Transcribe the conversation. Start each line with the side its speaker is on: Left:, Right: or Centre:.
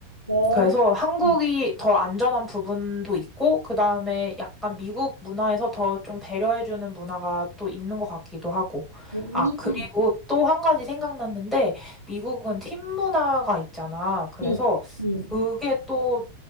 Right: 어.
Centre: 그래서 한국이
Right: 음.
Centre: 더 안전한 부분도 있고, 그 다음에 약간 미국 문화에서 더 좀 배려해주는 문화가 또 있는 것 같기도 하고.
Right: 음.
Centre: 아, 그리고
Right: 음.
Centre: 또 한 가지 생각났는데, 미국은 팀 문화가 있잖아. 그래서
Right: 음. 음.
Centre: 그게 또,